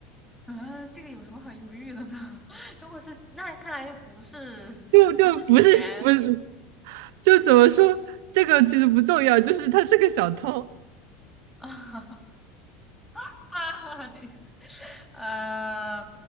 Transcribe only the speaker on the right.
就就不是不是，就怎么说，这个其实不重要，就是他是个小偷，